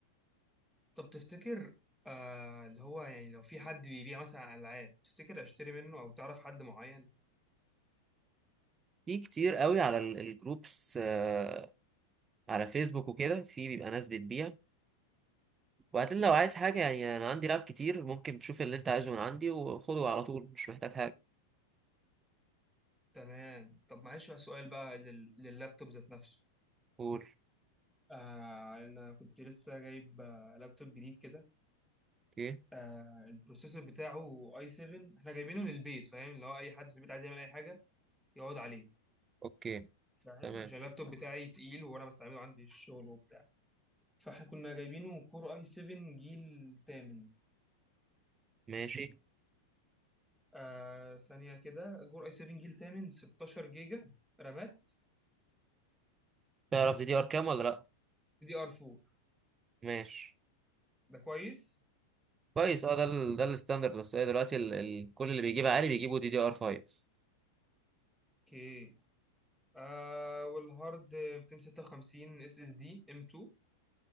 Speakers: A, in the centre; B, on the right.
A: طب تفتكر آه اللي هو يعني لو في حد بيبيع مثلا العاب تفتكر اشتري منه او تعرف حد معين
B: في كتير قوي على ال- الجروبس آه، على فيسبوك وكده في بيبقى ناس بتبيع وبعدين لو عايز حاجه يعني انا عندي لاب كتير ممكن تشوف اللي انت عايزه من عندي وخده على طول مش محتاج حاجه
A: تمام طب معلش بقى سؤال بقى لل... لللابتوب ذات نفسه
B: قول
A: آه انا كنت لسه جايب آه، لابتوب جديد كده
B: اوكي
A: آه البروسيسور بتاعه اي 7 احنا جايبينه للبيت فاهم لو اي حد في البيت عايز يعمل اي حاجه يقعد عليه
B: اوكي
A: فاهم
B: تمام
A: عشان اللابتوب بتاعي تقيل وانا بستعمله عندي الشغل وبتاع فاحنا كنا جايبينه كور اي 7 جيل تامن
B: ماشي
A: آه ثانيه كده كور اي 7 جيل تامن 16 جيجا رامات
B: تعرف دي دي ار كام ولا لا
A: دي ار 4
B: ماشي
A: ده كويس
B: كويس اه ده ال ده الستاندرد بس هي دلوقتي ال ال كل اللي بيجيب عالي بيجيبوا دي دي ار 5
A: اوكي آه والهارد 256 اس اس دي ام 2